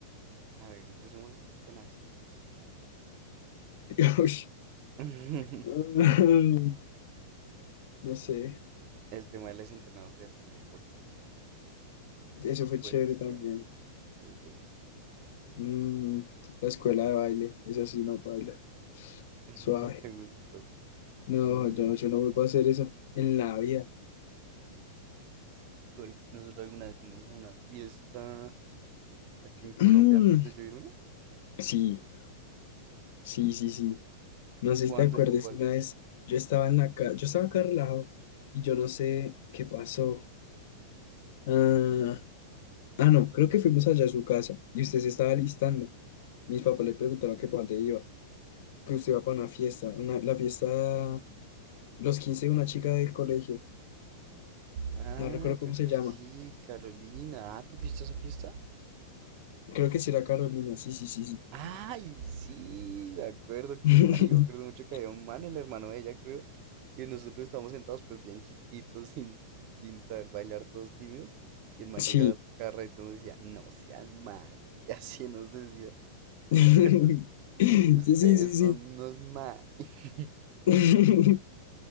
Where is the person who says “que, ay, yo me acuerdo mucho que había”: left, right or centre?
Right